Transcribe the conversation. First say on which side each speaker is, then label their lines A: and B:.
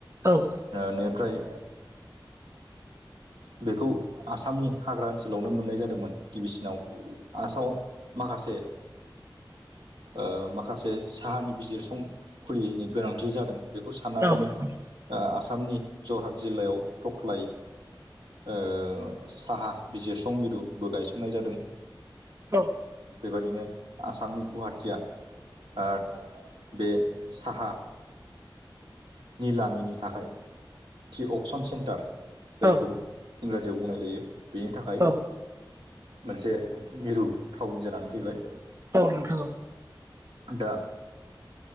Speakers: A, on the right; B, on the right.
A: औ
B: ओ <unintelligible> फ्राय बेखौ आसामनि हाग्रा ओनसोलावनो मोननाय जादोंमोन। गिबिसिनाव आसामाव माखासे ओ माखासे साहानि बिजिरसं खुलियैनि गोनांथि जादों बेखौ साननानैनो
A: औ नोंथां
B: ओ आसामनि जरहाट जिल्लायाव थख्लाय ओ साहा बिजिरसं मिरुबो गायसननाय जादों
A: औ
B: बेबायदिनो आसामनि गुवाहाटि आ ओ बे साहा निलामिनि थाखाय टि अपसन सेन्टार जायखौ
A: औ
B: इंराजियाव बुंनाय जायो। बेनि थाखाय
A: ओ
B: मोनसे मिरु थावनि जानानै फैबाय।
A: औ नोंथां औ
B: दा